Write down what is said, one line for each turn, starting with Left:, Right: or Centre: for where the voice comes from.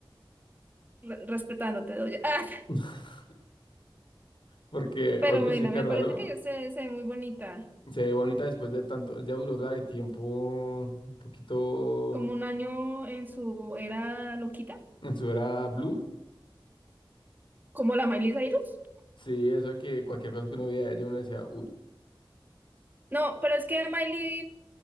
Right: re- respetándote, oye. <laughs> Ah,
Left: <laughs> Porque,
Right: pero
Left: oye,
Right: bueno,
Left: sí que
Right: me
Left: raro.
Right: parece que ella se, se ve muy bonita.
Left: Se ve bonita después de tanto, ya duró la de tiempo un poquito
Right: Como un año en su era loquita,
Left: en su era blue.
Right: como la Miley Cyrus.
Left: Sí, eso que cualquier cosa que uno veía, yo uno decía, uy,
Right: No, pero es que a Miley,